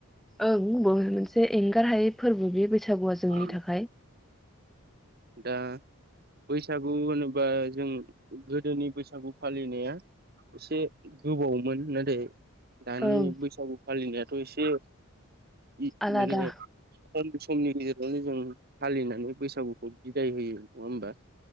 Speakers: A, in the centre; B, on the right (about 45°).
A: औ बे मोनसे। एंगार हायै फोरबो। बैसागुआ जोंनि
B: औ
A: थाखाय
B: दा। बैसागु होनोबा जों गोदोनि बैसागु फालिनाया एसे गोबावमोन नाथाय। दानि
A: ओं
B: बैसागु फालिनाया। थ' एसे <unintelligible>
A: आलादा
B: <unintelligible> बेयावनो जों फालिनानै बैसागुखौ बिदाय होयो नङा होमबा?